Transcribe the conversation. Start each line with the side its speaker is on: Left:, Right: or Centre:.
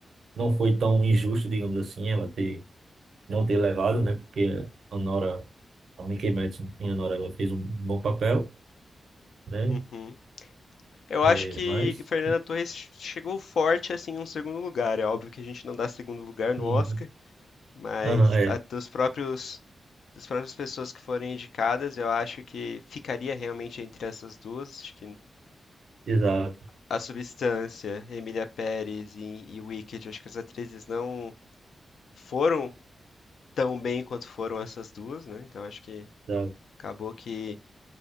Right: não foi tão injusto, digamos assim, ela ter não ter levado, né? Porque a Nora, a Mikey Madison e a Nora, ela fez um bom papel, né?
Left: uhum. Eu
Right: É,
Left: acho que,
Right: mas
Left: que Fernanda Torres chegou forte, assim, em um segundo lugar. É óbvio que a gente não dá segundo lugar
Right: sim,
Left: no Oscar, mas
Right: aham, é,
Left: a- dos próprios, das próprias pessoas que forem indicadas, eu acho que ficaria realmente entre essas duas. Acho que
Right: exato,
Left: A Substância, Emília Pérez e, e Wicked, eu acho que as atrizes não foram tão bem quanto foram essas duas, né? Então acho que
Right: exato.
Left: acabou que,